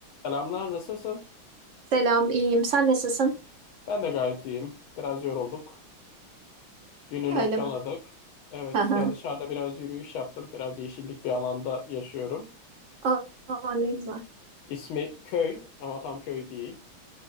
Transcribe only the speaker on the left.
Selamlar, nasılsın?
Ben de gayet iyiyim. Biraz yorulduk. Günü noktaladık.
Evet,
ya dışarıda biraz yürüyüş yaptım. Biraz yeşillik bir alanda yaşıyorum.
İsmi köy ama tam köy değil.